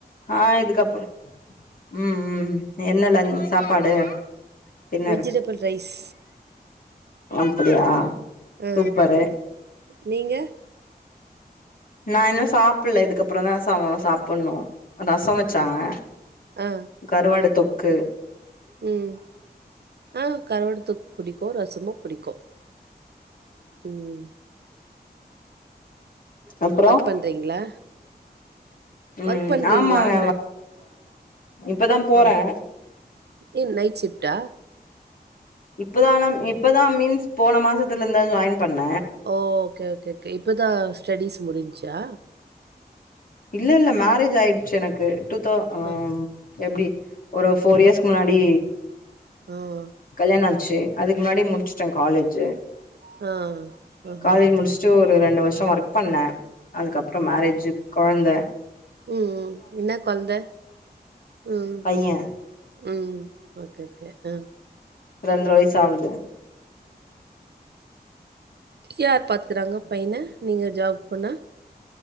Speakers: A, on the left (about 55°); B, on the right (about 80°).
A: ஆ இதுக்கப்புறம் ம் ம் என்னல்ல சாப்பாடு டின்னர்
B: வெஜிடபிள் ரைஸ்
A: அப்டியா
B: ஆ
A: சூப்பரு
B: நீங்க
A: நான் இன்னும் சாப்பிடல இதுக்கப்புறம் தான் சாப்பிடணும் ரசம் வச்சாங்க
B: ஆ ஆ
A: கருவாடு தொ க்கு
B: ம் ஆ கருவாடு தொக் புடிக்கும் ரசம புடிக்கும் உம்
A: அப்புறம்
B: பண்றீங்களா
A: உம்
B: ஒர்க் பண்றீங்களான்ன
A: ஆமாங்க இப்பதான் போறேன்
B: ஆ ஏ நைட் ஷிஃப்டா
A: இப்பதான இப்பதான் மீன்ஸ் போன மாசத்துல இருந்தும் ஜாயின் பண்ணே
B: ஓ ஓகே ஓகே கே இப்பதா ஸ்டடிஸ் முடிஞ்சச்சா
A: இல்ல இல்ல மேரேஜ் ஆயிடுச்சு எனக்கு டு த அம்
B: ஆ
A: எப்படி ஒரு ஃபோர் இயர்ஸ்க்கு முன்னாடி
B: ஆ
A: கல்யாண ச்சு அதுக்கு முன்னாடியே முடிச்சுட்டேன் காலேஜு
B: ஆ ஆஹா
A: காலேஜ் முடிச்சுட்டு ரெண்டு வருஷம் ஒர்க் பண்ணேன் அதுக்கப்புறம் மேரேஜ் குழந்த
B: உம் உ என்ன குழந்தை உம்
A: பைய
B: உம் ஓகே கே ஆஹ
A: ரெண்டு வயசு ஆகுது
B: யார் பாத்துறாங்க பையனை நீங்க ஜாப் போனா